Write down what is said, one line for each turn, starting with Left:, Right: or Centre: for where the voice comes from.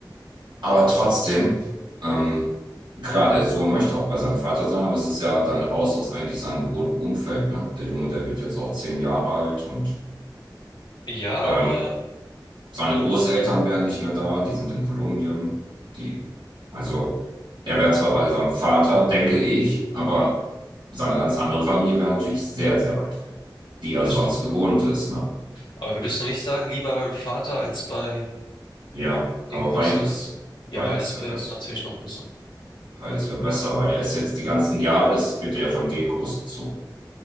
Right: Aber trotzdem, ähm, klar, der Sohn möchte auch bei seinem Vater sein, aber es ist ja dann raus aus eigentlich seinem gewohnten Umfeld, ne? Der Junge, der wird jetzt auch zehn Jahre alt und
Left: Ja,
Right: ähm,
Left: aber
Right: Seine Großeltern wären nicht mehr da, die sind in Kolumbien. Die, also, er wäre zwar bei seinem Vater, denke ich, aber seine ganz andere Familie wäre natürlich sehr, sehr weit weg, die er
Left: das
Right: sonst
Left: stimmt.
Right: gewohnt ist, ne?
Left: Aber würdest du nicht sagen, lieber beim Vater als bei
Right: Ja, aber
Left: Den Großeltern?
Right: beides,
Left: Ja,
Right: beides
Left: beides
Right: wäre
Left: wird
Right: besser.
Left: natürlich noch besser.
Right: Beides wäre besser, weil er ist jetzt die ganzen Jahre, es wird er ja von denen großgezogen.